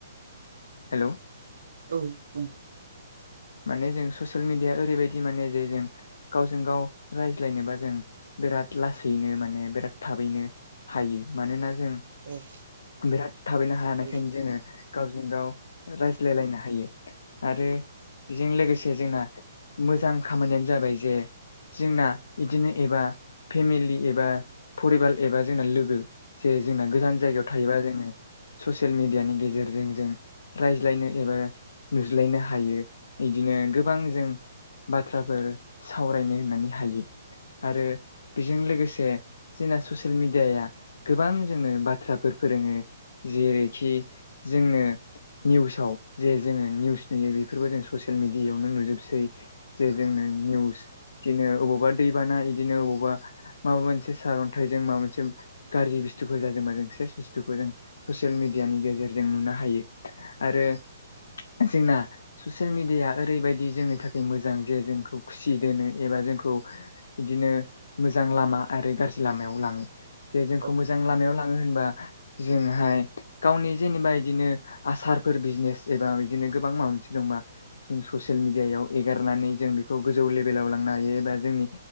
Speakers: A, on the left; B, on the right.
A: हेल'
B: औ औ
A: माने जों ससियेल मिडिया ओरैबायदि माने जे जों गावजों गाव रायज्लायनोबा जों बिराद लासैनो माने बिराद थाबैनो हायो मानोना जों
B: <unintelligible>
A: बिराद थाबैनो हानायखायनो
B: औ
A: जोङो गावजों गाव रायज्लायलायनो हायो आरो बेजों लोगोसे जोंना मोजां खामानियानो जाबाय जे जोंना बिदिनो एबा फेमिलि एबा फरिबार एबा जोंना लोगो जे जोंना गोजान जायगायाव थायोबा जोङो ससियेल मिडियानि गेजेरजों जों रायज्लायनो एबा नुज्लायनो हायो इदिनो गोबां जों बाथ्राफोर सावरायनो होननानै हायो आरो बेजों लोगोसे जोंना ससियेल मिडियाया गोबां जोंनो बाथ्राफोर फोरोङो जेरैखि जोंनो निउसाव जे जोङो निउस नुयो बेफोरखौ जों ससियेल मिेडियायावनो नुजोबसै जे जोंनो निउस बिदिनो अबावबा दैबाना बिदिनो अबावबा माबा मोनसे सारन्थाइजों माबा मोनसे गाज्रि बस्थुखखौ जादों <unintelligible> बुथुखौ जों ससियेल मिडियानि गेजेरजों नुनो हायो आरो जोंना ससियेल मिेडियााया ओरैबायदि जोंनि थाखाय मोजां जे जोंखौ खुसि दोनो एबा जोंखौ बिदिनो मोजां लामा आरो गाज्रि लामायाव लाङो जे जोंखौ
B: औ
A: मोजां लामायाव लाङो होनबा जोंहाय गावनि जेनेबा बिदिनो आसारफोर बिजनेस एबा बिदिनो गोबां माबा मोनसे दंबा जों ससियेल मिडियायाव एगारनानै जों बेखौ गोजौ लेभेलाव लांनो हायो एबा जोंनि